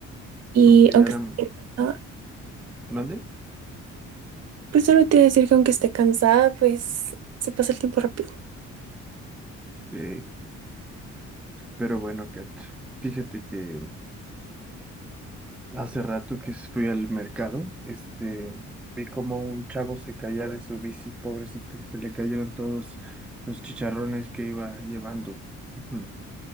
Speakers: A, on the right; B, in the centre.
A: Y
B: como que
A: aunque
B: ya la
A: esté cansada,
B: mandé.
A: pues solo te voy a decir que aunque esté cansada, pues se pasa el tiempo rápido.
B: Sí, pero bueno, Kat, fíjate que hace rato que fui al mercado, este, vi como un chavo se caía de su bici, pobrecito, se le cayeron todos los chicharrones que iba llevando. <laughs>